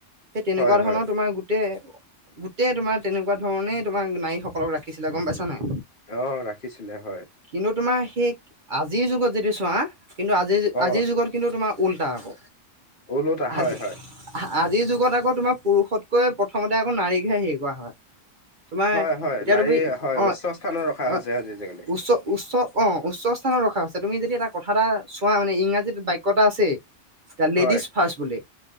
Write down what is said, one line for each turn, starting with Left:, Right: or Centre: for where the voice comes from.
Right: সেই তেনেকুৱা
Left: হয় হয়
Right: ধৰণৰ তোমাৰ গোট-গোটেই তোমাৰ, তেনেকুৱা ধৰণে তোমাৰ, নাৰীসকলক ৰাখিছিলে। গম পাইছা নাই?
Left: অ'! ৰাখিছিলে, হয়।
Right: কিন্তু তোমাৰ সেই, আজিৰ যুগত যদি চোৱা, কিন্তু আজিৰ,
Left: অ
Right: আজিৰ যুগত কিন্তু তোমাৰ উল্টা আক।
Left: ওলোটা হয়
Right: আজি,
Left: হয়
Right: আজিৰ যুগত আকৌ তোমাৰ পুৰুষতকৈ, প্ৰথমতে আকৌ, নাৰীকহে সেৰি কৰা হয়। তোমাৰ
Left: হয়, হয়!
Right: এতিয়া
Left: নাৰী
Right: তুমি
Left: হয়,
Right: অ
Left: উচ্চ স্থানত ৰখা
Right: অ
Left: হৈছে, আজি- আজিকালি।
Right: উচ্চ উচ্চ অ'! উচ্চ স্থানত ৰখা হৈছে। তুমি যদি, এটা কথা এটা চোৱা মানে, ইংৰাজীত বাক্য এটা আছে। দা লেডিজ
Left: হয়
Right: ফাৰ্ষ্ট বুলি।